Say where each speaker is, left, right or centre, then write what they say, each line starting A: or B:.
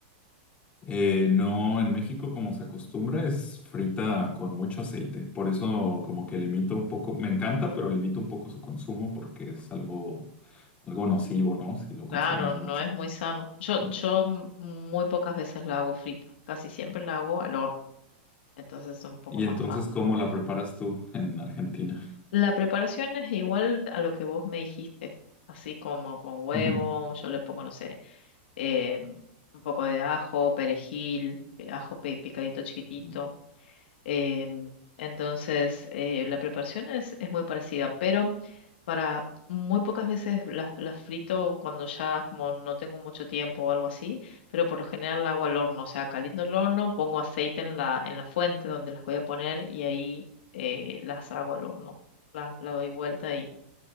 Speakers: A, on the left; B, on the left.
A: Eh, no, en México como se acostumbra es frita con mucho aceite, por eso
B: Mm,
A: como que limito un poco, me encanta, pero limito un poco su consumo porque es algo, algo nocivo, ¿no? Si lo consumes
B: Claro, no
A: mucho.
B: es muy sano. Yo,
A: Ujú.
B: yo m- muy pocas veces la hago frita. Casi siempre la hago al horno. Entonces es un poco
A: Y
B: más
A: entonces,
B: sano.
A: ¿cómo la preparas tú en Argentina?
B: La preparación es igual a lo que vos me dijiste. Así como con huevo,
A: Ujú.
B: yo le pongo, no sé. eh, un poco de ajo, perejil, eh, ajo pe- picadito chiquitito.
A: Ujú.
B: em, entonces, eh, la preparación es, es muy parecida, pero para muy pocas veces las las frito cuando ya como no tengo mucho tiempo o algo así, pero por lo general la hago al horno, o sea, caliento el horno, pongo aceite en la, en la fuente donde las voy a poner y ahí eh, las hago al horno. Las, la doy vuelta y,